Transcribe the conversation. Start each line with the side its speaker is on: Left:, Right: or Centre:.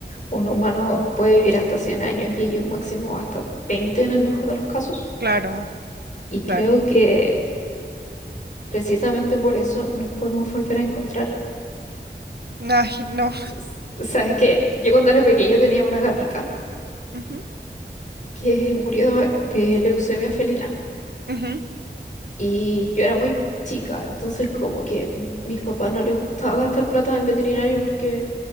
Left: un humano puede vivir hasta 100 años y ellos máximo hasta 20 en el mejor de los casos.
Right: Claro,
Left: Y creo
Right: claro.
Left: que precisamente por eso nos podemos volver a encontrar.
Right: Ay, no.
Left: S- Sabes que yo cuando era pequeña tenía una gatita
Right: Ujú,
Left: que murió de leucemia felina
Right: ujú,
Left: y yo era muy chica, entonces como que m- mis papás no les gustaba gastar plata en veterinario porque